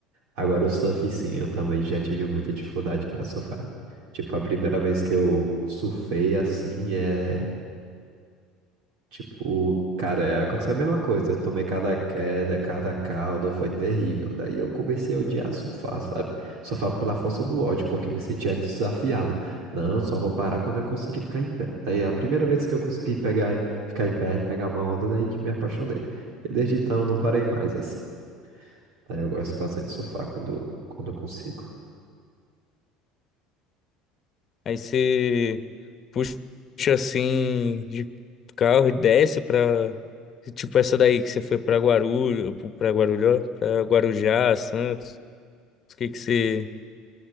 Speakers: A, on the right; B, on the left.
A: Agora o surf, sim, eu também já tive muita dificuldade para surfar. Tipo, a primeira vez que eu surfei assim é. Tipo, cara, é, aconteceu a mesma coisa. Eu tomei cada queda, cada caldo, foi terrível. Daí eu comecei a odiar surfar, sabe? Surfar pela força do ódio, porque eu me sentia desafiado. Não, só vou parar quando eu conseguir ficar em pé. Daí a primeira vez que eu consegui pegar, ficar em pé e pegar uma onda, daí que me apaixonei. E desde então não parei mais, assim. Daí eu gosto bastante de surfar quando, quando eu consigo.
B: Aí você puxa assim de carro e desce pra. tipo essa daí que você foi pra Guarulhos, pra Guarulhos, ó, pra Guarujá, Santos. O que que você,